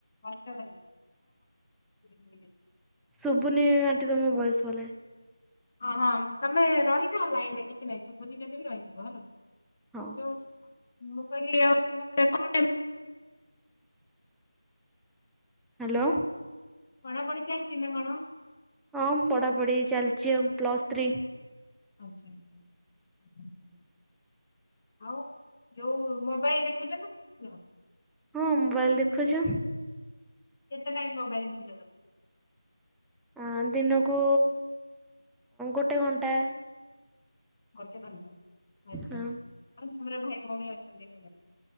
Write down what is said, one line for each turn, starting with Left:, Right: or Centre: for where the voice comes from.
Left: ମସ୍ତେ <unintelligible>
Centre: ଶୁଭୁନି ଆଣ୍ଟି ତମ ଭଏସ୍ ଭଲ ଭାବେ।
Left: ହଁ ହଁ ତମେ ରହିଥାଅ ଲାଇନ ରେ କିଛି ନାଇଁ ସୁୁବୁନି ଯଦି ବି ରହିଥିବ ହେଲା।
Centre: ହଉ।
Left: ଜଉ ମୁଁ କହିଲି ଆଉ ତମରେ କଣ ଏ?
Centre: ହ୍ୟାଲୋ
Left: ହାଲୋ ପଢ଼ା ପଢ଼ି ଚାଲିଛି ନା କଣ?
Centre: ହଁ ପଢା ପଢି ଚାଲିଛି ଆଉ ପ୍ଲଲ୍ ଥ୍ରୀ।
Left: ଆଜ୍ଞା ଆଜ୍ଞା ହୁଁ ହୁଁ। ଆଉ ଯୋଉ ମୋବାଇଲ ଦେଖୁଛ ଦେଖୁନ? ନା?
Centre: ହଁ ମୋବାଇଲ ଦେଖୁଛୁ।
Left: ଏତେ ଟାଇ ମ ବାଇ? <unintelligible>
Centre: ଆଁ ଦିନକୁ ଗୋଟେ ଘଣ୍ଟା।
Left: ଗୋଟେ ଘଣ୍ଟା ଆଛା
Centre: ହଁ
Left: ଆ ତମର ଭାଇ ଭଉଣ ଅଛନ୍ତି?